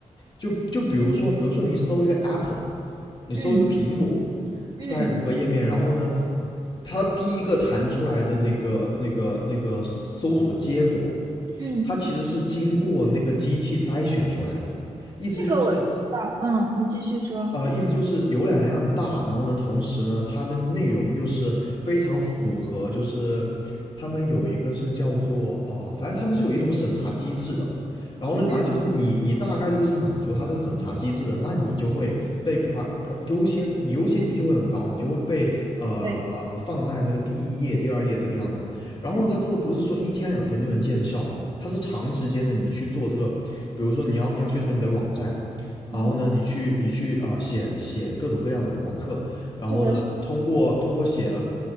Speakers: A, on the left (about 40°); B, on the right (about 35°).
A: 就就比如说比如说你搜一个 Apple，你搜一个苹果，
B: 嗯嗯
A: 在谷歌页面，然后呢，它第一个弹出来的那个、那个、那个搜索结果，
B: 嗯，
A: 它其实是经过那个机器筛选出来的，意思就是
B: 这个我知道。嗯，你继续说。
A: 呃，意思就是浏览量大，然后呢，同时呢，它那个内容又是非常符合，就是他们有一个是叫做啊、反正他们是有一种审查机制的。然后呢，
B: 嗯，
A: 反正就是你你大概率是满足它这个审查机制的，那你就会被 pri pri 优先，你优先级就会很高，你就会被呃呃放在那个第一页、
B: 对，
A: 第二页这个样子。然后呢，
B: 嗯，
A: 它这个不是说一天两天就能见效了，它是长时间的，你去做这个，比如说你要你要宣传你的网站，
B: 嗯，
A: 然后呢，嗯你去你去啊、写写各种各样的博客，然后呢，
B: 是的，是
A: 通过通过写了